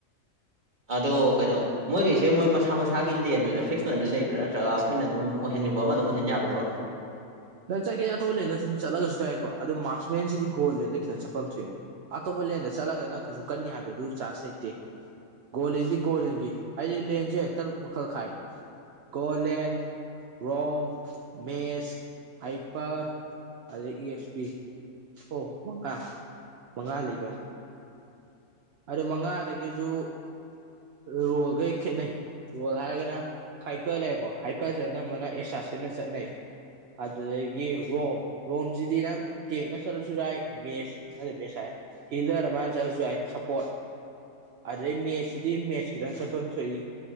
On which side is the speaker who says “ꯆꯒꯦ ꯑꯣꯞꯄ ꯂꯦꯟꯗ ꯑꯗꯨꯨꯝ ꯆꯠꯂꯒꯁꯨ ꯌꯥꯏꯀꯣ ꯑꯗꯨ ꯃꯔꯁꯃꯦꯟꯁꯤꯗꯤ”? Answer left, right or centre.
Right